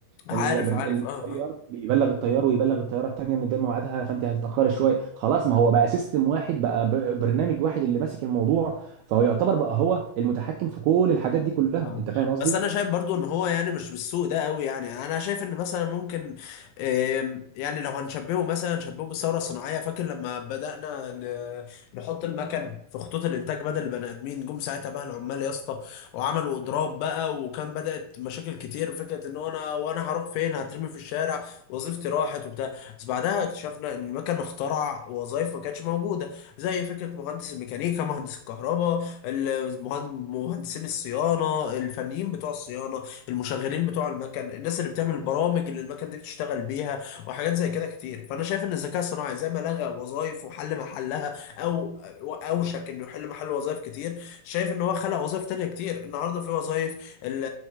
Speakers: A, on the left; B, on the right.
A: عارف
B: ال... ال-
A: عارف اه
B: الطيار
A: آه.
B: بيبلغ الطيار ويبلغ الطياره الثانيه ان ده ميعادها فانت هتتاخري شويه خلاص ما هو بقى سيستم واحد بقى ب... برنامج واحد اللي ماسك الموضوع فهو يعتبر بقى هو المتحكم في كل الحاجات دي كلها
A: اه
B: انت فاهم قصدي؟
A: بس انا شايف برضو ان هو يعني مش بالسوء ده قوي يعني انا شايف ان مثلا ممكن آم، يعني لو هنشبهه مثلا نشبهه بالثوره الصناعيه فاكر لما بدانا ن- نحط المكن في خطوط الانتاج بدل البني ادمين جم ساعتها بقى العمال يا اسطى وعملوا اضراب بقى وكان بدات مشاكل كتير فكره ان هو انا وانا هروح فين هترمي في الشارع وظيفتي راحت وبتاع بس بعدها اكتشفنا ان المكن اخترع وظائف ما كانتش موجوده زي فكره مهندس الميكانيكا مهندس الكهرباء المهند- مهندسين الصيانه الفنيين بتوع الصيانه المشغلين بتوع المكن الناس اللي بتعمل البرامج اللي المكن دي بتشتغل بيها وحاجات زي كده كتير فانا شايف ان الذكاء الصناعي زي ما لغى وظائف وحل محلها او اوشك انه يحل محل وظائف كتير شايف ان هو خلق وظائف تانية كتير النهارده في وظائف ال-